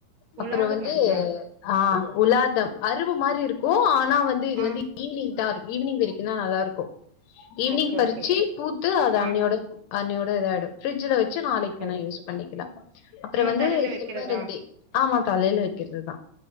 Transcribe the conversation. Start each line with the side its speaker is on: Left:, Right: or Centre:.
Right: புலாத
Left: அப்பறோ வந்து
Right: மல்லியா
Left: ஆ உலாந்தம் அரும்பு மாரி இருக்கு ஆனா வந்து இது
Right: ஆ
Left: வந்து ஈவினிங் தா இரு ஈவினிங் விரிக்கு ன்னா நல்லாருக்கு ஈவினிங்
Right: ஓகே
Left: பறுச்சு
Right: ஓகே
Left: பூத்து அது
Right: ஆ
Left: அன்னியோட அன்னியோட இதாயிடு ஃப்ரிட்ஜுல வ ச்சு நாளைக்கு
Right: ஓகே
Left: வேணா யூஸ் பண்ணிக்லா அப்பறொ
Right: நம்ம
Left: வந்து
Right: தலையில வைக்கிறதா
Left: செம்பருந்தி ஆமா தலேல வைக்கிறது தா